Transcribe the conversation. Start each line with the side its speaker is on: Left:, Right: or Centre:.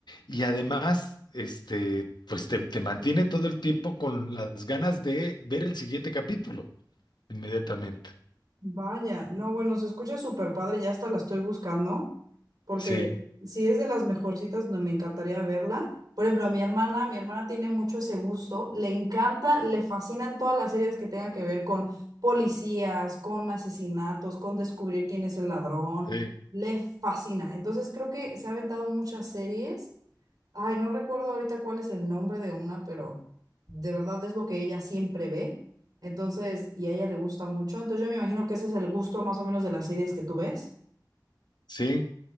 Left: y además, este, pues te, te mantiene todo el tiempo con las ganas de ver el siguiente capítulo inmediatamente.
Right: Vaya, no, bueno, se escucha súper padre, ya hasta la estoy buscando, porque
Left: Sí,
Right: si es de las mejorcitas, no, me encantaría verla. Por ejemplo, mi hermana, mi hermana tiene mucho ese gusto, le encanta, le fascinan todas las series que tengan que ver con policías, con asesinatos, con descubrir quién es el ladrón,
Left: sí,
Right: le fascina. Entonces creo que se ha aventado muchas series Ay, no recuerdo ahorita cuál es el nombre de una, pero de verdad es lo que ella siempre ve. Entonces, y a ella le gusta mucho. Entonces, yo me imagino que ese es el gusto más o menos de las series que tú ves.
Left: sí,